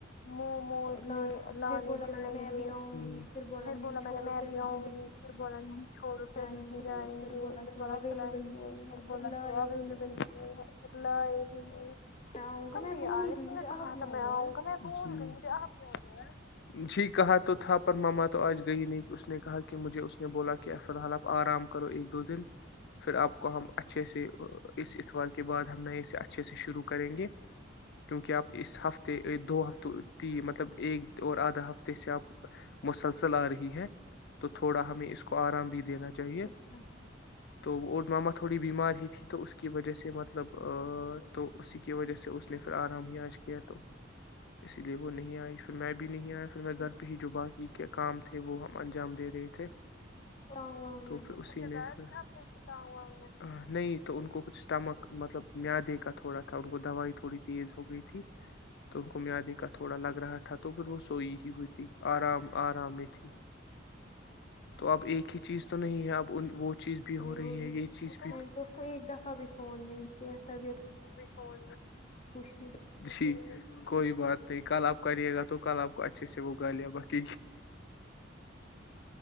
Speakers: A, on the left; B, on the left.
A: موموزے
B: لان
A: لانے
B: پھر بولا
A: جائیں
B: میں نے میں
A: گے
B: بھی آؤں گی
A: پھر بولا
B: نہیں
A: میں
B: چھوڑو
A: نے میں
B: پھر
A: بھی
B: نہیں
A: آؤں گی <unintelligible> با نہیں <unintelligible> چھوڑ پھر
B: جائیں
A: نہیں جائیں گے
B: بولا
A: پھر
B: کہ
A: بلا
B: وہ اویلیبل
A: چلائیں
B: ہی
A: گے
B: نہیں ہے
A: ھر
B: پھر
A: بولا
B: لائے
A: سھر
B: ہی نہیں
A: لائے ہی
B: میں آؤں
A: تمی
B: گا میں بھول
A: آ گ
B: گئی
A: ت
B: مجھے
A: نے تو
B: آپ
A: کہا
B: یاد
A: تھا میں
B: آیا
A: آؤں گا میں بول گئی مے آ کیا جاا جی کہا تو تھا پر ماما تو آج گئی نہیں اس نے کہا کہ مجھے اس نے بولا کہ ا ف الحال آپ آرام کرو ایک دو دن پھر آپ کو ہم اچھے سے اس اتوار کے بعد ہم نئے اسے اچھے سے شروع کریں گے کیونکہ آپ اس ہفتے دو ہفتوں
B: اچھا
A: تھی مطلب ایک اور آدھا ہفتے سے آپ مسلسل آ رہی ہے تو تھوڑا ہمیں اس کو آرام بھی دینا چاہیے
B: اچھا
A: تو اور ماما تھوڑی بیمار ہی تھی تو اس کی وجہ سے مطلب تو اسی کی وجہ سے اس نے پھر آرام ہی آج کیا تو اسی لیے وہ نہیں آئی پھر میں بھی نہیں آیا پھر
B: اچھا
A: میں گھر پہ ہی ج با کی کے کام تھے وہ ہم انجام دے رہے تھے
B: وانگ وانگ
A: تو
B: میں
A: پھر اسی میں تا ہوا میں نہیں تو ان کو کچھ اسٹمک مطلب مدے کا تھوڑا تھا ان کو دوائی تھوڑی تیز ہو گئی تھی تو ان کو میادے کا تھوڑا لگ رہا تھا تو پھر وہ سوئی ہی ہوئی تھی آرام آرام میں تھی تو اب ایک ہی چیز تو نہیں ہے اب وہ چیز بھی
B: کر
A: ہو رہی
B: ہوگی
A: ہے یہ چیز بھی
B: میں نے تو اس کو ایک دفعہ ا بھی فون نہیں کیا طبیعت
A: ہو
B: پوچھنے
A: جی کوئی بات نہیں کل آپ کریے گا تو کل آپ کو اچھے سے وہگا لیا باق